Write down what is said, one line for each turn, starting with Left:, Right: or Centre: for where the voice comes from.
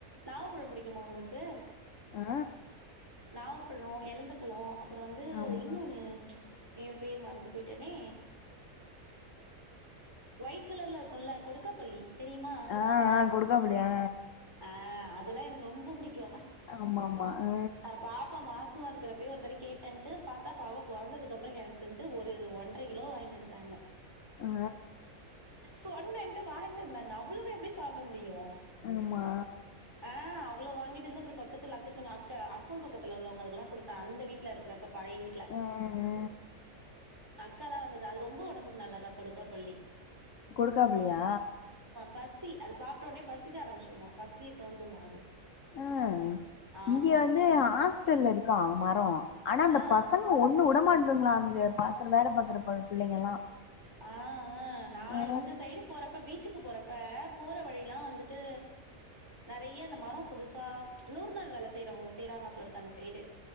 Right: நாவப்பழோ புடிக்குமா உங்களுக்கு
Left: ஆ
Right: நாவப் ழோ எலந்த பழோ அப்றோ வந்து
Left: ஆமா
Right: இன்னொன்னு ஐயோ பேர் மறந்து போயிட்டேனே ஒயிட் கலர்ல இருக்கோல்ல கொடுக்கா பள்ளி தெரிமா
Left: ஆ ஆ கொடுக்க புளி ஆ
Right: ஆ அதெல்லா எனக்கு ரொம்ப புடிக்கு
Left: ஆமா ஆமா ஆ
Right: பாப்பா மாசமா இருக்கிறப்பயே ஒருத்தட கேட்டேன்ட்டு பாத்தா பாப்பா பொறந்ததுக்கு அப்பறம் கிடச்சு ட்டு ஒரு ஒன்றரை கிலோ வாங்கிட்டு வந்துட்டாங்க
Left: ஆ
Right: சொன்னேன்ட்டு வாங்ட்டு வந்தாங்க அவ்ளவு எப்டி சாப்ட முடியும்
Left: ஆமா
Right: ஆ அவ்ளோ வாங்கிட்டு வந்து அப்றோ பத்துல அக்கத்து அக்க அக்கம் பக்கத்துல உள்ளவங்களுக்கு எல்லா குடுத்த அந்த வீட்ல இருக்குறப்ப பழைய வீட்ல
Left: ஆ ஆ
Right: அக்காலா வந்தது அது ரொம்ப ஒடம்புக்கு நல்லாதா கொடுக்கா புளி
Left: கொடுக்காப்புளியா
Right: பசி அது சாப்ட ஒன்னே பசிக்க ஆரம்பிச்சிடுமா பசிய தூண்டுமா அது
Left: ஆ
Right: ஆமா
Left: இங்க வந்து ஹாஸ்பிட்டல்ல இருக்கா மரோ ஆனா அந்த
Right: ஆ
Left: பசங்க ஒன்னு உடமாட்டுதுங்ளா அங்க பாக்குற வேல பாக்குற ப பிள்ளைங்கல்லா
Right: ஆ ஆ நா
Left: ஆ
Right: இந்த சைடு போற அப்ப பீச்சுக்கு போறப்ப போற வழில்லா வந்துட்டு நறைய அந்த மரோ புதுசா நூறு நாள் வேல செய்றவங்க செய்றாங்க போல அந்த சைடு